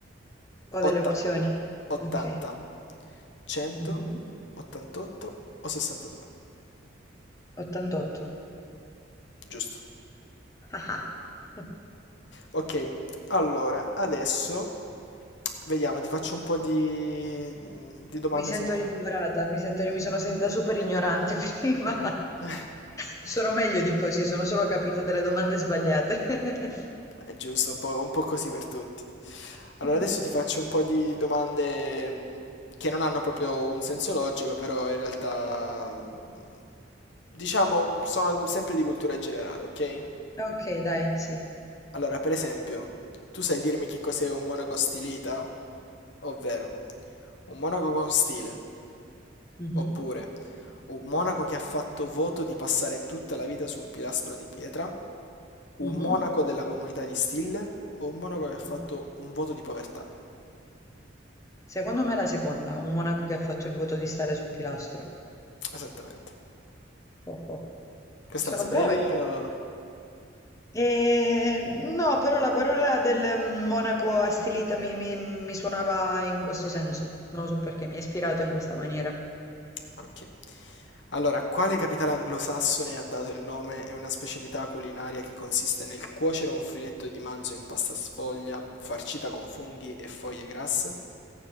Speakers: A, on the left; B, on the left.
A: Ho delle
B: Otta-
A: opzioni.
B: 80,
A: Ok.
B: 100,
A: Mhm.
B: 88 o 62.
A: 88.
B: Giusto.
A: Ah, ah. <laughs>
B: Ok, allora, adesso vediamo, ti faccio un po' di, di domande
A: Mi sento
B: sempre.
A: rincuorata, mi sento, mi sono sentita super ignorante <laughs> prima.
B: <laughs>
A: Sono meglio di così, sono solo capitate le domande sbagliate. <laughs>
B: Beh, giusto, un po', un po' così per tutti. Allora,
A: <laughs>
B: adesso ti faccio un po' di domande mh, che non hanno proprio un senso logico, però in realtà, mh, diciamo, sono sempre di cultura generale, ok?
A: Ok, dai, sì.
B: Allora, per esempio, tu sai dirmi che cos'è un monaco stilita? Ovvero, un monaco con stile,
A: Mhm,
B: oppure un monaco che ha fatto voto di passare tutta la vita su un pilastro di pietra, un
A: mhm,
B: monaco della comunità di stile o un monaco che ha fatto
A: mhm.
B: un voto di povertà.
A: Secondo me è la seconda, un monaco che ha fatto il voto di stare sul pilastro.
B: Esattamente.
A: Oh, oh.
B: Questa
A: Sono
B: la sapevi
A: brave.
B: o...
A: Eh, no, però la parola del mm, monaco a stilita mi, mi- mi suonava in questo senso. Non lo so perché mi ha ispirato in questa maniera.
B: Ok. Allora, quale capitale anglosassone ha dato il nome a una specialità culinaria che consiste nel cuocere un filetto di manzo in pasta sfoglia, farcita con funghi e foglie grasse?